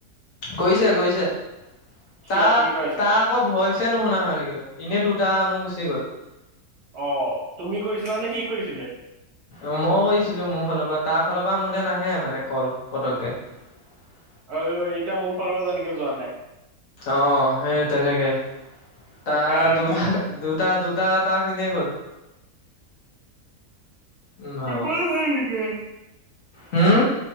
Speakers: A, on the left; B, on the right.
A: কৰিছে কৰিছে
B: সি
A: তাৰ
B: ৰাতি কৰে চাগে
A: তাৰ আকৌ ভয়ছে ন শুনা হৈ থাকিলো এনেই দুটা মোৰ গুচি গ'ল
B: অ'তুমি কৰিছিলা নে সি কৰিছিলে
A: অ মইও কৰিছিলো মোৰ ফালৰ পৰা তাৰ ফালৰ পৰা মোলে নাহে মানে কল পতককে হয়।
B: আৰু এতিয়া মোৰ ফালৰ পৰা যেনেকে যোৱা নাই
A: অ 'সেই তেনেকে
B: তাকে
A: ত দুটা
B: তাক
A: দুটা দুটা ত চিনিয় গ'ল। উম হ'ব
B: বিপাল হয় নেকি?
A: হম